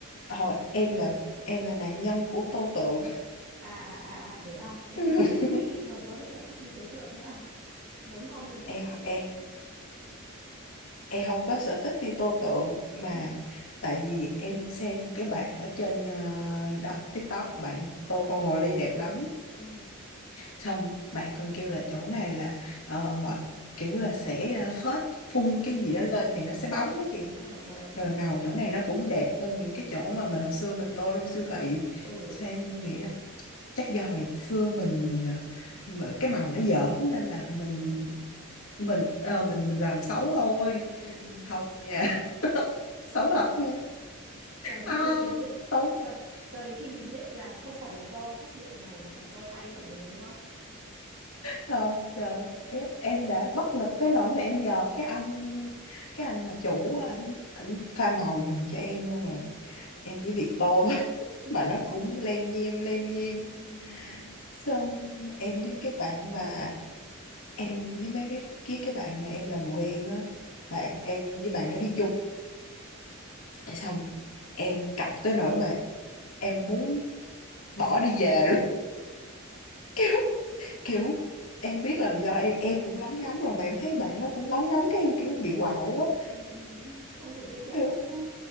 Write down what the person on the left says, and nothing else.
hồi em là em là nạn nhân của tô tượng
<laughs>
em, em em không có sở thích đi tô tượng mà
tại vì em xem một cái bạn ở trên ờ, đó TikTok bạn tô con hồ ly đẹp lắm
xong bạn còn kêu là chỗ này là ờ, mọi kiểu là sẽ ờ, phết phun cái gì đó lên thì nó sẽ
bóng đó chị
rồi màu chỗ này nó cũng đẹp hơn những cái chỗ mà mình hồi xưa mình tô trong siêu thị
xem em nghĩ là chắc do hồi xưa mình ờ, mà cái màu
nó dởm
nên là mình
mình ờ, mình mình làm xấu thôi
không nha xấu thật nha
à
Tốn
Ờ, trời em, em đã bất lực tới nỗi mà em nhờ cái anh cái anh mà chủ anh anh pha màu giùm cho em luôn rồi
em chỉ việc tô thôi <laughs>
mà nó cũng lem nhem lem nhem
xong em
với cái bạn mà em với mấy cái với cái bạn mà em làm mùa en á bạn
em với bạn nó đi chung xong em cọc tới nỗi mà em muốn bỏ đi về luôn <laughs> kiểu em biết là do em em cũng lóng ngóng rồi mà em thấy bạn đó cũng lóng ngóng cái em kiểu
bị quạo quá
kiểu